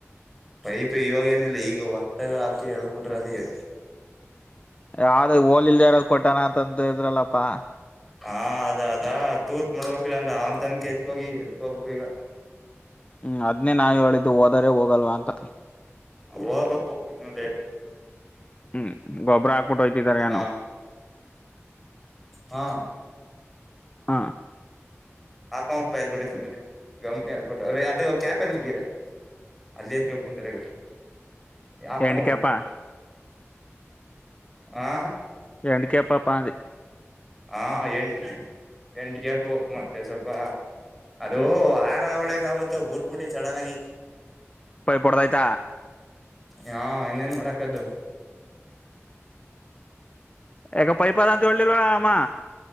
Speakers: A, in the centre; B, on the left.
A: ಪೈಪ್ ಇವಾಗ ಏನಿಲ್ಲ ಈಗ ಹೊತ್ತಾಗ ಹಾಕಿ ಎಳದ್ ಬಿಿಟ್ರಿ ಅದಗೆ
B: ಯ ಹೋಲ್ ಇಲ್ದೆ ಯಾರೋ್ ಕೊೋಣ ಅಂತ ಇದ್ರಲ್ಲಪ್ಪಾ
A: ಹಾ ಅದ ಅದಾ ತೂತ್ ಮಾಡ್ಬೇಕಕ್ಿಲ್ಲಾನ್ ಅವನ್ ತಮಕಿ ಎತ್ಕೋಗಿ ಎತ್ಕೋಬೇಕು ಈಗ
B: ಹ್ಮ್ ಅದ್ನೇ ನಾ ಹೇಳಿದ್ದು ಹೋದರೆ ಹೋಗಲ್ವಾ ಅಂತ
A: ಹೋಗ್ಬೇಕು ಇನ್ನು ಲೇಟು
B: ಹ್ಮ್ ಗೊಬ್ಬರ ಹಾಕ್ಬಿಟ್ಟು ಹಯ್ತಿದ್ದಾರೆ
A: ಹ
B: ನು
A: ಹಾ
B: ಹ
A: ಆಪ ಉಟ್ಪ ಎಲ್ ಕೊಟ್ಟೆಿ ಗಮಿ ಎಲ್ ಕೊಟ್ಟೀ ಅದು ಕ್ಯಾಪ್ ಎಲ್ಲಿ ಮುಗಿದೆ ಅಲ್ಲಿ ತ್ಕಪ್ಪ ತಿಂತರಗ ಯಾಪ್
B: ಎಂಡ್ಕೇಪ
A: ಮಾಡಡು ಹಾ
B: ಎಂಡ ಕೇಪಾ ಪ ಅದೆಿ
A: ಹಾ ಎಂಡ ಹೆಂಡಗಪು ಮತ್ತೆ ಸ್ವಲ್ಪ ಅದು
B: ಹ್ಮ್
A: ಆಹಾರ ಒಡೆ ವತ್ತು ಬುಟ್ ಬುಟ್ಟಿ ಚಡನ್ ಆಗಿ
B: ಪಯ ಪುಡದಐತ
A: ಹಾ ಇನ್ನೇನ್ ಮಾಡಾಕದ್ದು
B: ಎ ಪೈಪಾದ ಅಂತ ಒ ಬಳಾಮಾ